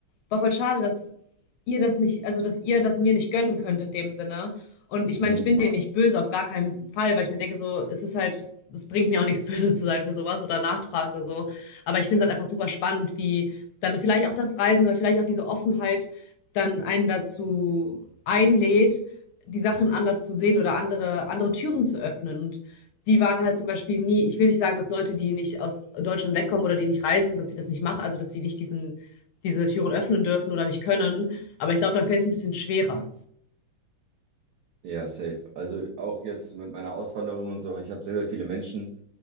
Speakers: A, on the left; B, on the right.
A: war voll schade, dass ihr das nicht, also dass ihr das mir nicht gönnen könnt in dem Sinne. Und ich meine,
B: Hm.
A: ich bin denen nicht böse, auf gar keinen Fall, weil ich mir denke, so, es ist halt, es bringt mir auch nichts <laughs> böse zu sein für sowas oder nachtragend oder so. Aber ich finde es halt einfach super spannend, wie dann vielleicht auch das Reisen oder vielleicht auch diese Offenheit dann einen dazu einlädt, die Sachen anders zu sehen oder andere, andere Türen zu öffnen. Und die waren halt zum Beispiel nie, ich will nicht sagen, dass Leute, die nicht aus Deutschland wegkommen oder die nicht reisen, dass sie das nicht machen, also dass sie nicht diesen, diese Türen öffnen dürfen oder nicht können. Aber ich glaube, dann fällt es ein bisschen schwerer.
B: Ja, safe. Also auch jetzt mit meiner Auswanderung und so, ich habe sehr, sehr viele Menschen